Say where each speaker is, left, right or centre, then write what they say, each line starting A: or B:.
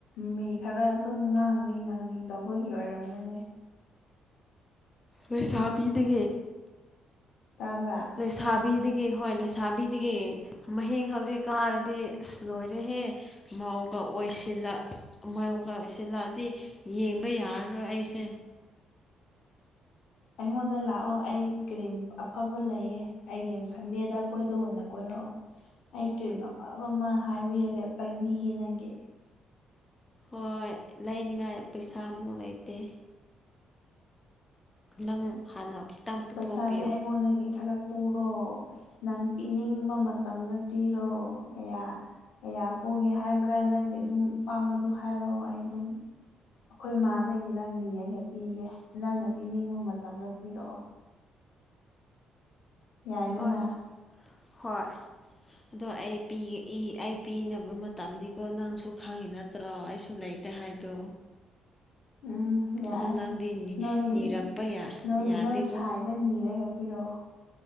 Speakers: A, on the left; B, on the left.
A: ꯃꯤ ꯈꯔ ꯑꯗꯨꯝ ꯉꯥꯡꯂꯤ ꯉꯥꯡꯂꯤ ꯇꯧꯕꯒꯤ ꯑꯣꯏꯔꯝꯒꯅꯤ
B: ꯂꯩꯁꯥꯕꯤꯗꯒꯤ
A: ꯇꯥꯕ꯭ꯔꯥ
B: ꯂꯩꯁꯥꯕꯤꯗꯒꯤ ꯒꯤ ꯍꯣꯏ ꯂꯩꯁꯥꯕꯤꯗꯒꯤ ꯃꯍꯡ ꯍꯧꯖꯤꯛ ꯀꯥꯔꯗꯤ ꯑꯁ ꯂꯣꯏꯔꯦꯍꯦ ꯃꯥꯧ ꯑꯣꯏꯁꯤꯜꯂ ꯑꯣꯏꯁꯤꯜꯂꯛꯑꯗꯤ ꯌꯦꯡꯕ ꯌꯥꯔꯔꯣꯏ ꯑꯩꯁꯦ
A: ꯑꯩꯉꯣꯟꯗ ꯂꯥꯛꯑꯣ ꯑꯩ ꯀ꯭ꯔꯤꯝ ꯑꯐꯕ ꯂꯩꯌꯦ ꯑꯩꯒꯤꯡ ꯁꯟꯗꯦꯗ ꯑꯩꯈꯣꯏꯗ ꯑꯣꯏꯅ ꯀꯣꯏꯔꯛ ꯑꯣ ꯑꯩ ꯀ꯭ꯔꯤꯝ ꯑꯐꯕ ꯑꯃ ꯍꯥꯏꯕꯤꯔꯒ ꯇꯥꯏꯕꯤꯒꯦ ꯅꯒꯦ
B: ꯍꯣꯏ ꯂꯩꯅꯤꯉꯥꯏ ꯄꯩꯁꯥꯃꯨꯛ ꯂꯩꯇꯦ ꯅꯪ ꯍꯥꯟꯅ ꯈꯤꯇꯪ ꯄꯨꯊꯣꯛꯄꯤꯌꯣ
A: ꯄꯩꯁꯥꯗꯤ ꯑꯩꯉꯣꯟꯗꯒꯤ ꯈꯔ ꯄꯨꯔꯣ ꯅꯪ ꯄꯤꯅꯤꯡꯕ ꯃꯇꯝꯗ ꯄꯤꯔꯣ ꯀꯌꯥ ꯀꯌꯥ ꯄꯨ ꯎꯒꯦ ꯍꯥꯏꯕ꯭ꯔꯥ ꯅꯪꯒꯤ ꯑꯗꯨꯝ ꯄꯥꯝꯕꯗꯨ ꯍꯥꯏꯔꯛꯑꯣ ꯑꯩ ꯑꯗꯨꯝ ꯑꯩꯈꯣꯏ ꯃꯥꯗꯒꯤꯔꯥ ꯅꯤꯔꯒ ꯄꯤꯒꯦ ꯅꯪꯅ ꯄꯤꯅꯤꯡꯕ ꯃꯇꯝꯗ ꯄꯤꯔꯛꯑꯣ ꯌꯥꯏꯗꯅ
B: ꯍꯣꯏ ꯍꯣꯏ ꯑꯗꯣ ꯑꯩ ꯄꯤ ꯏ ꯑꯩ ꯄꯤꯅꯕ ꯃꯇꯝꯗꯤꯀꯣ ꯅꯪꯁꯨ ꯈꯪꯉꯤ ꯅꯠꯇ꯭ꯔꯣ ꯑꯩꯁꯨ ꯂꯩ ꯂꯩꯇꯦ ꯍꯥꯏꯗꯣ
A: ꯎꯝ ꯌꯥꯏ
B: ꯑꯗꯨ ꯅꯪꯗꯤ
A: ꯅꯣꯏ
B: ꯅꯤꯔꯛꯄ
A: ꯅꯣꯏ
B: ꯌꯥꯗꯦꯀꯣ
A: ꯅꯣꯏ ꯁꯥꯏꯗ ꯅꯤꯔꯒ ꯄꯔꯛꯑꯣ